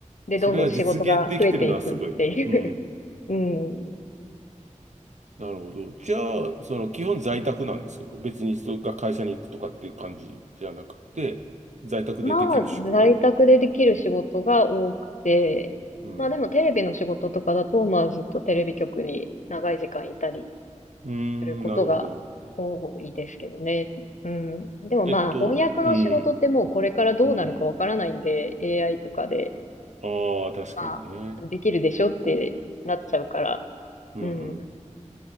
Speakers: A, on the left; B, on the right.
A: で、
B: それが実現できてるのはすごい。
A: どんどん仕事が増えていくっていう。
B: うん。
A: <laughs> うん。
B: なるほど。じゃあ、その基本在宅なんですけど、別にそれが会社に行くとかっていう感じじゃなくて、在宅でできる仕事
A: まあ、在宅でできる仕事が多くて、
B: うん。
A: まあでもテレビの仕事とかだと、まあずっとテレビ局に長い時間いたり
B: うん、
A: することが多いですけどね。
B: なるほど。
A: うん。でもまあ翻訳の仕事ってもうこれからどうなるかわからないんで、
B: えっと、うん、うん。
A: AI とかで、
B: ああ、確かにね。
A: まあできるでしょってなっちゃうから、
B: うん、
A: うん。
B: うん。